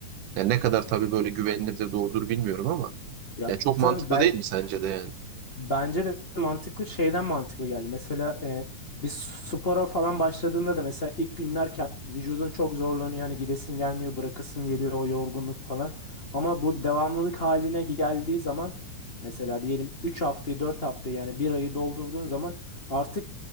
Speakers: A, on the right (about 80°); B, on the left (about 40°).
A: Ya ne kadar tabii böyle güvenilir de doğrudur bilmiyorum ama
B: Ya
A: ya çok
B: tabii
A: mantıklı
B: belki
A: değil mi sence de yani?
B: bence de mantıklı şeyden mantıklı geldi. Mesela e, biz spora falan başladığında da mesela ilk günler ke- vücudun çok zorlanıyor. Hani gidesin gelmiyor, bırakasın geliyor o yorgunluk falan. Ama bu devamlılık haline geldiği zaman mesela diyelim 3 haftayı 4 haftayı yani bir ayı doldurduğun zaman artık